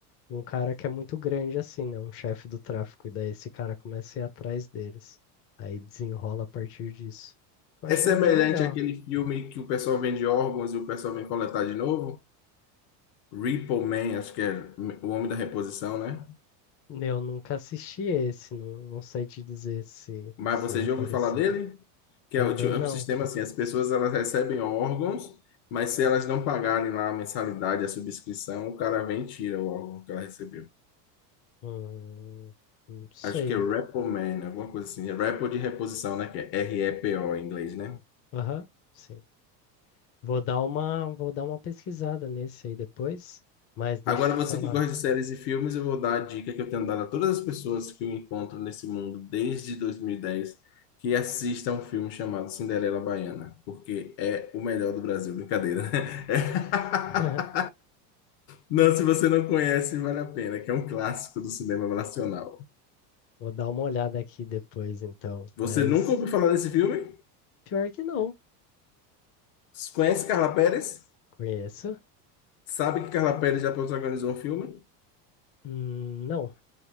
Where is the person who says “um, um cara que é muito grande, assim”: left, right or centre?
Left